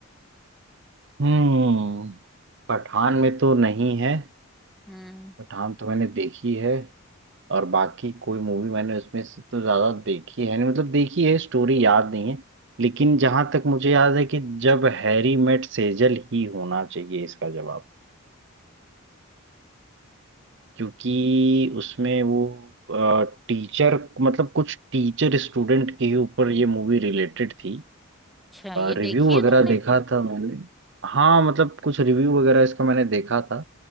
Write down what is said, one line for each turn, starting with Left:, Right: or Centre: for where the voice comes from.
Right: हम्म पठान में तो नहीं है
Centre: हम्म
Right: पठान तो मैंने देखी है और बाकी कोई मूवी मैंने उसमें से तो ज्यादा देखी है नहीं मतलब देखी है स्टोरी याद नहीं है लेकिन जहां तक मुझे याद है कि जब हैरी मेट सेजल ही होना चाहिए इसका जवाब क्योंकि उसमें वो टीचर मतलब कुछ टीचर स्टूडेंट के ऊपर ये मूवी रिलेटेड थी
Centre: अच्छा ये
Right: रिव्यू
Centre: देखिए
Right: वगैरह
Centre: तुमने
Right: देखा था मैंने हाँ मतलब कुछ रिव्यू वगैरह इसका मैंने देखा था